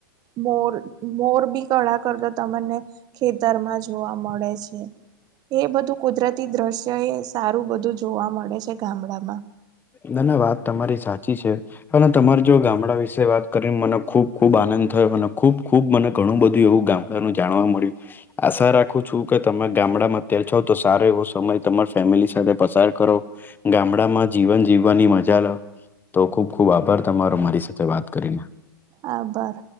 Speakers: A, on the right; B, on the left.
A: મોર મોર બી કળા કરત. તમને ખેતરમાં જોવા મળે છે એ બધું કુદરતી દ્રશ્ય. એ સારું બધું જોવા મળે છે ગામડામાં.
B: ના ના વાત તમારી સાચી છે. અને તમાર જોડે ગામડા વિશે વાત કરીને મને ખૂબ ખુબ આનંદ થયો અને ખુબ ખુબ મને ઘણું બધું એવું ગામ. ડાનું જાણવા મળ્યું. આશા રાખું છું કે તમે ગામડામાં અત્યારે છો તો સારો એવો સમય તમારા ફેમિલી સાથે પસાર કરો. ગામડામાં. <inaudible> જીવન જીવવાની મજા લો તો ખુબ ખુબ આભાર તમારો મારી સાથે વાત કરીને.
A: આભાર.